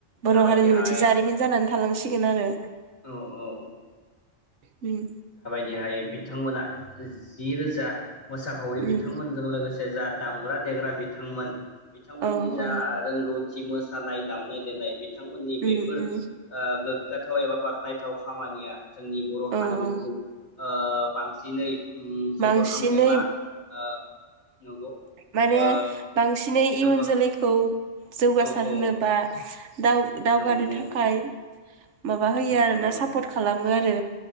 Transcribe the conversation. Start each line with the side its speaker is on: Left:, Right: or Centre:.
Right: बर'
Left: जाबायदिहाय
Right: हारिनि मोनसे जारिमिन जानानै थालांसिगोन आरो
Left: औ औ
Right: उम।
Left: हाय बिथांमोना जि रोजा मोसाखावरि
Right: उम
Left: बिथांमोनजों लोगोसे जा दामग्रा देग्रा बिथांमोन बिथांमोननि
Right: औ
Left: जा
Right: औ
Left: रोंगौ थि मोसानाय दामनाय देनाय मि बिथांमोननि
Right: उम
Left: बेफोर
Right: उम
Left: ओ गोग्गाथाव एबा बा खनायथाव खामानिया जोंनि बर' हारिमुखौ
Right: औ औ
Left: ओ बांसिनै उम
Right: बांसिनै
Left: जौगाखां एबा ओ नंगौ
Right: माने
Left: ओ
Right: बांसिनै इयुन
Left: जौगाख
Right: जोलैखौ जौगासार
Left: औ
Right: होनोबा
Left: औ
Right: दा-दावगानो
Left: नंगौ
Right: थाखाय माबा होयो
Left: नंगौ
Right: आरोना
Left: नंगौ
Right: सापर्ट खालामो आरो